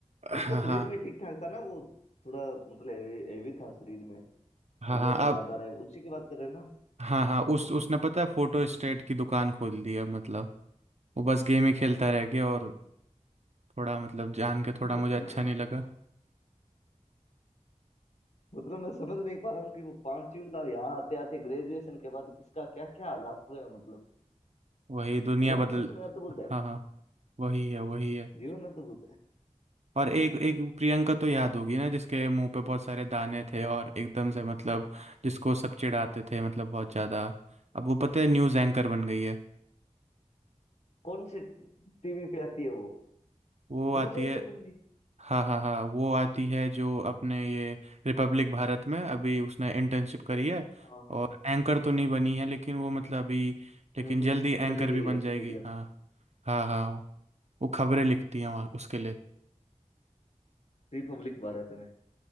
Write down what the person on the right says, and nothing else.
हाँ
हाँ
हाँ
हाँ
अब
हाँ हाँ उस उसने पता है फोटो स्टेट की दुकान खोल दी अब मतलब वो बस गेम ही खेलता रह गया और थोड़ा मतलब जान के थोड़ा
मुझे अच्छा नहीं लगा
वही दुनिया
बदल
हाँ
हाँ वही है वही है
और एक एक प्रियंका तो याद होगी ना जिसके मुंह पे बहुत सारे दाने थे और एकदम से मतलब जिसको सब चिढ़ाते थे मतलब बहुत ज्यादा अब वो पता है न्यूज़ एंकर बन गई है
वो
आती
है
हाँ हाँ हाँ वो आती है जो अपने ये रिपब्लिक भारत में अभी उसने इंटर्नशिप करी है
और एंकर तो नहीं बनी है लेकिन वो मतलब अभी लेकिन
जल्दी एंकर
भी
बन
जाएगी
हाँ हाँ हाँ वो खबरें लिखती हैं वहाँ उसके लिए